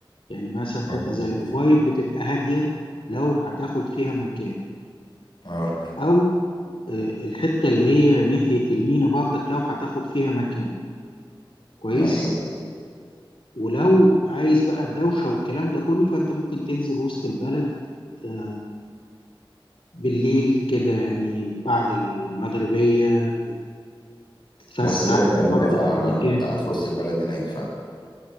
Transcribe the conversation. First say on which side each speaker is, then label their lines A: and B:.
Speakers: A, on the left (about 80°); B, on the left (about 55°).
A: يعني مثلا حته
B: مظبوط
A: زي الأوبايد بتبقى هاديه لو هتاخد فيها مكان
B: اه
A: او آه، الحته اللي هي ناحيه المينا بردك لو هتاخد فيها مكان كويس
B: ايوه
A: ولو عايز بقى الدوشة والكلام ده كله فأنت ممكن تنزل وسط البلد آه، بالليل كده يعني بعد المغربية تتفسح
B: وسط البلد جميلة
A: تقضي
B: فعلا
A: الاحتياجات
B: أنا كنت قاعد في وسط البلد هناك فعلا